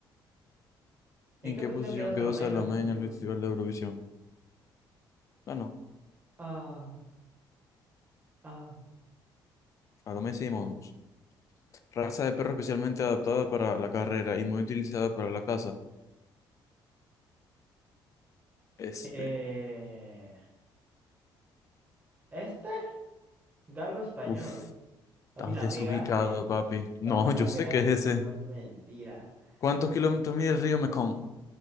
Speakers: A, on the left; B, on the right.
A: ¿En
B: ¿En qué
A: qué
B: posición
A: posición
B: quedó Salomé
A: quedó Salomé
B: en el Festival
A: en el
B: de Eurovisión?
A: Festival de Eurovisión? No, no.
B: Ah. Ah,
A: Salomé Simons. Raza de perro especialmente adaptada para la carrera y muy utilizada para la caza. Este.
B: eh, este, galgo español.
A: Uf,
B: Papi,
A: estás
B: la
A: desubicado,
B: pegaste.
A: papi. No,
B: Papi, la
A: yo sé
B: pegaste.
A: que es ese.
B: Papi, mentira.
A: ¿Cuántos
B: Yo creo
A: kilómetros
B: que lo-
A: mide el río Mekong?